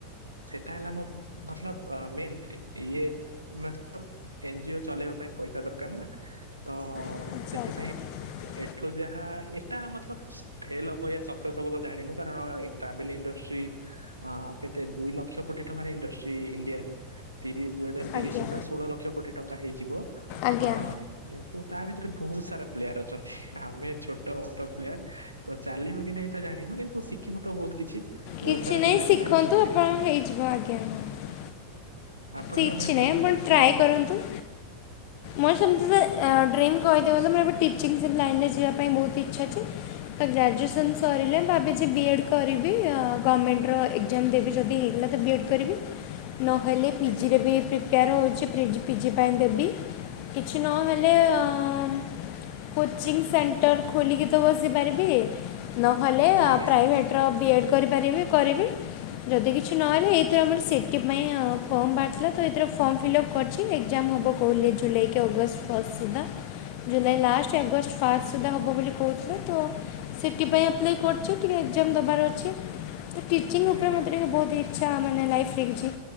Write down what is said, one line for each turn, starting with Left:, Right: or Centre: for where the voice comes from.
Right: ସେଟା ହେଲା ମୋ ମତଲବ ମେନ୍ଡ ଡ୍ରୀମ୍। ମତଲବ ଏନଜିଓ ଚଲେଇବା ପାଇଁ ପଇସା ଦରକାର ନା ତ
Left: ଆଚ୍ଛା
Right: ସେଥିପାଇଁ।
Left: <inaudible>
Right: ଏଠୁ ଯାହା ଏଟା ମତଲବ ଫେଲ ହବ ସକ୍ସେସ୍ ହବ ତ ଜାଣିନୁ କାରଣ ଏ ଟ୍ରାଭେଲ ଇଣ୍ଡଷ୍ଟ୍ରି ଅ କେତେ ଦୁଇ ଲକ୍ଷ କୋଟି ଟଙ୍କାର ଇଣ୍ଡଷ୍ଟ୍ରି ଇଣ୍ଡିଆରେ। ତିରିଶ ଦୁଇ ହଜାର ତିରିଶ
Left: ଆଜ୍ଞା
Right: ସୁଦ୍ଧା ଷୋହଳ ଲକ୍ଷ କୋଟି ଟଙ୍କା ହେଇଯିବ।
Left: ଆଜ୍ଞା।
Right: ହଁ କିନ୍ତୁ ତା ଭିତରେ ବହୁତ ସାରା ପ୍ଲେୟାର ଅଛନ୍ତି ଆମେ ଛୋଟ ମୋଟ ପ୍ଲେୟାର ତ ଚାଲିବ କି ନାଇଁ ତ ଜାଣିନୁ କିନ୍ତୁ ଶିଖିମ ତ ବହୁତ କିଛି। ବହୁତ
Left: କିଛି
Right: ସାରା
Left: ନାହିଁ
Right: ପିଲାଙ୍କୁ
Left: ଶିଖନ୍ତୁ
Right: ଜାଣିନୁ
Left: ଆପଣଙ୍କ ହେଇଯିବ ଆଜ୍ଞା। ହଁ
Right: ଆପଣଙ୍କର
Left: କିଛି
Right: ମ୍ୟାମ୍
Left: ନାହିଁ
Right: ଡିମ୍
Left: ଆପଣ ଟ୍ରାଏ
Right: ଡ୍ରିମ କଣ?
Left: କରନ୍ତୁ। ମୋର ସେମତି ଡ୍ରିମ୍ କହିଦେ ଗଲେ ମୋର ଏବେ ଟିଚିଙ୍ଗ ଲାଇନ୍ ରେ ଯିବା ପାଇଁ ବହୁତ ଇଚ୍ଛା ଅଛି। ତ ଗ୍ରାଜୁଏସନ୍ ସରିଲେ ଭାବିଛି ବିଏଡ଼୍ କରିବି ଅ ଗଭର୍ଣ୍ଣମେଣ୍ଟର ଏ କ୍ଜାମ ଦେବି ଯଦି ହେଇଗଲା ତ ବିଏଡ଼୍ କରିବି। ନହେଲେ ପିଜିରେ
Right: ଆଜ୍ଞା
Left: ବି ପ୍ରିପେୟାର ହେଉଛିି ପ୍ରିଜ୍ ପିଜି ପାଇଁ ଦେବି। କିଛି ନହେଲେ ଅ କୋଚିଂ ସେଣ୍ଟର ଖୋଲିକି ତ ବସିପାରିବି ନହେଲେ
Right: ମ୍ୟାମ୍ ଆଜ୍ଞା
Left: ଅ ପ୍ରାଇଭେଟ ପ୍ର ବିଏଡ଼୍ କରିପାରିବି କରିବି। ଯଦି କିଛି ନହେଲେ ଏଥିରେ ଆମର ସିଟି ପାଇଁ ଆଉ ଫର୍ମ ବାହାରିଥିଲା ତ ଏଥିରେ ଫର୍ମ ଫିଲ୍ଅପ୍ କରିଛି ଏକ୍ଜାମ ହେବ କହିଲେ ଜୁଲାଇ କି ଅଗଷ୍ଟ ଫଷ୍ଟ ସୁଦ୍ଧା ଜୁଲାଇ
Right: ଆଜ୍ଞା
Left: ଲାଷ୍ଟ। ଅଗଷ୍ଟ ଫାଷ୍ଟ ସୁଦ୍ଧା ହବ ବୋଲି କହୁଥିଲା ତ ସିଟିପାଇଁ ଆପ୍ଲାଏ କରୁଛି କୀରି ଏକ୍ଜାମ ଦେବାର ଅଛି। ତ ଟିଚିଙ୍ଗ ଉପରେ
Right: ଆଜ୍ଞା
Left: ମୋତ
Right: ମ୍ୟାମ୍
Left: ଟିକେ ବହୁତ ଇଚ୍ଛା ମାନେ ଲାଇଫ୍ରରେ କିଛି।